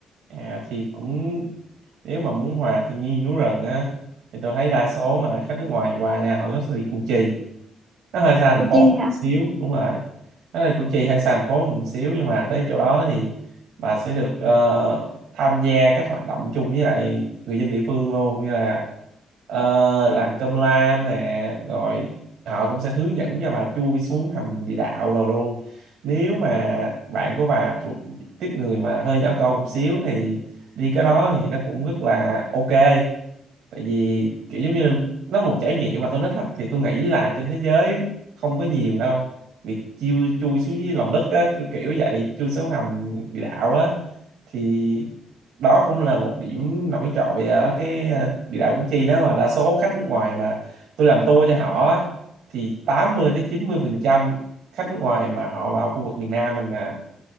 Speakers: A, on the right; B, on the right.
A: à, thì cũng nếu mà muốn hòa thiên nhiên núi rừng á thì tôi thấy đa số mà khách nước ngoài qua nhà họ rất sẽ đi Củ Chi nó hơi xa thành
B: của
A: phố
B: chị
A: một
B: hả
A: xíu đúng rồi nó là Củ Chi hơi xa thành phố một xíu nhưng mà tới chỗ đó thì bà sẽ được ờ, tham gia các hoạt động chung với lại người dân địa phương luôn như là ờ, làm cơm lam nè rồi họ cũng sẽ hướng dẫn cho bà chui xuống hầm địa đạo rồi luôn nếu mà bạn của bà thuộc tiếp người mà hơi nhỏ con một xíu thì đi cái đó thì nó cũng rất là ok tại vì kiểu giống như là nó một trải nghiệm mà tôi nói thật thì tôi nghĩ là trên thế giới không có nhiều đâu việc chui chui xuống dưới lòng đất á, kiểu kiểu vậy chui xuống hầm địa đạo á thì đó cũng là một điểm nổi trội ở cái ờ, địa đạo Củ Chi đó mà đa số khách nước ngoài mà tôi làm tour cho họ á, thì 80 tới 90 phần trăm khách nước ngoài mà họ vào khu vực miền Nam mình nè